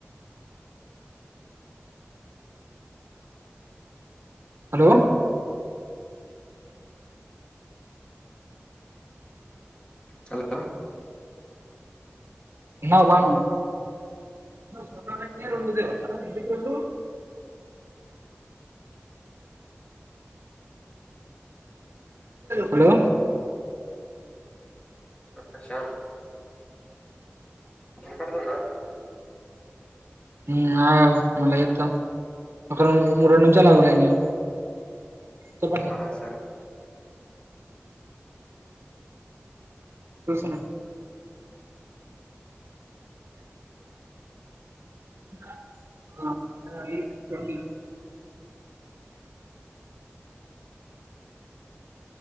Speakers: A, on the right; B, on the left.
A: హలో
B: హలో
A: ఉన్నవ బాను స్వతటనే ర ఉండదే అ ఎందుకుళ్ళు హలో
B: ఆ శ్యామ్ వినపడుతుందా
A: ఉమ్ ఆగు మళ్ళీ చెప్తా ఒకం మూడు రెండు నిమిషాలు ఆగు లైన్ లో చెప్పండి సార్
B: ఆ సరే
A: అసలు <inaudible>